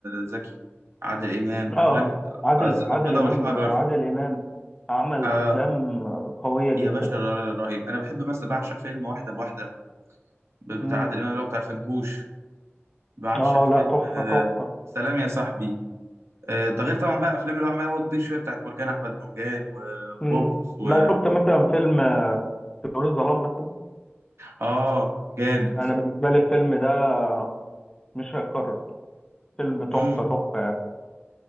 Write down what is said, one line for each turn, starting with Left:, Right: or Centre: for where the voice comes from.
Right: زكي عادل امام افلام
Left: اه عادل
Right: الز-
Left: عادل
Right: البيضة
Left: إمام
Right: والحجر
Left: عادل إمام عمل
Right: آه
Left: أفلام قوية جدا
Right: يا باشا ر- ر- رهيب انا بحب مثلا بعشق فيلم واحدة بواحدة ب- بتاع
Left: مم.
Right: عادل امام اللي هو بتاع الفنكوش بعشق
Left: اه
Right: فيلم
Left: لا تحفة
Right: آه
Left: تحفة
Right: سلام يا صاحبي آه ده غير طبعا بقى افلام اللي هو عملها هو كبير شوية بتاعت مرجان احمد مرجان و- وبوبوس
Left: مم.
Right: و
Left: لا شفت مثلا فيلم طيور الظلام مثلا
Right: اه جامد
Left: انا بالنسبة لي الفيلم ده مش هيتكرر فيلم تحفة
Right: امم
Left: تحفة